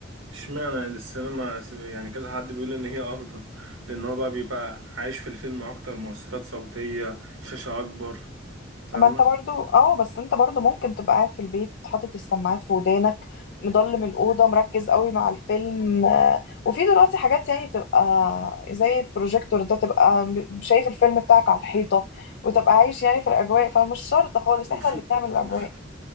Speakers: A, on the right (about 75°); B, on the left (about 60°).
A: اشمعنى يعني السينما س- يعني كذا حد بيقول ان هي افضل لان هو بقى بيبقى عايش في الفيلم اكتر مؤثرات صوتيه شاشه اكبر فاهمه
B: ما انت برضو اه بس انت برضو ممكن تبقى قاعد في البيت حاطط السماعات في ودانك مضلم الأوضة مركز قوي مع الفيلم آه، وفي دلوقتي حاجات يعني بتبقى زي البروجيكتور ده تبقى م- شايف الفيلم بتاعك على الحيطة وتبقى عايش يعني في الأجواء فمش شرط خالص
A: وفي
B: احنا اللي بنعمل الأجواء
A: وفي